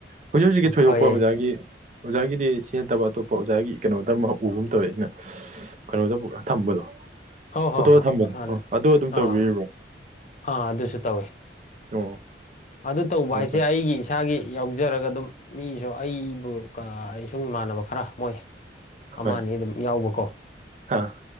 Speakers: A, on the right (about 40°); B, on the left (about 40°).
A: ꯍꯧꯖꯤꯛ ꯍꯧꯖꯤꯛꯀꯤ ꯊꯣꯏꯗꯣꯛꯄ
B: ꯐꯩꯌꯦ
A: ꯑꯣꯖꯥꯒꯤ ꯑꯣꯖꯥꯒꯤꯗꯤ ꯁꯤ ꯅꯠꯇꯕ ꯑꯇꯣꯞꯄ ꯑꯣꯖꯥꯒꯤ ꯀꯩꯅꯣꯗ ꯑꯃ ꯎꯕ ꯑꯃ ꯇꯧꯋꯦ ꯑꯩꯅ ꯀꯩꯅꯣꯗ ꯄꯨꯔꯥ ꯊꯝꯕꯗꯣ
B: ꯍꯣꯏ ꯍꯣꯏ
A: ꯐꯣꯇꯣꯗ
B: ꯍꯣꯏ
A: ꯊꯝꯕꯗꯣ
B: ꯃꯥꯅꯦ
A: ꯑꯣ ꯑꯗꯨ ꯑꯗꯨꯝ ꯇꯧꯕꯤꯔꯤꯕ꯭ꯔꯣ
B: ꯑꯥ ꯑꯥ ꯑꯗꯨꯁꯨ ꯇꯧꯋꯤ
A: ꯑꯣ
B: ꯑꯗꯨ ꯇꯧꯕ
A: ꯌꯥꯝ
B: ꯍꯥꯏꯁꯦ
A: ꯐꯩ
B: ꯑꯩꯒꯤ ꯏꯁꯥꯒꯤ ꯌꯥꯎꯖꯔꯒ ꯑꯗꯨꯝ ꯃꯤꯁꯨ ꯑꯩꯕꯨ ꯑꯩ ꯁꯨꯡ ꯏꯃꯥꯟꯅꯕ ꯈꯔ ꯃꫭꯏ ꯑꯃꯥꯅꯤ
A: ꯍꯣꯏ
B: ꯑꯗꯨꯝ ꯌꯥꯎꯕꯀꯣ
A: ꯑꯥ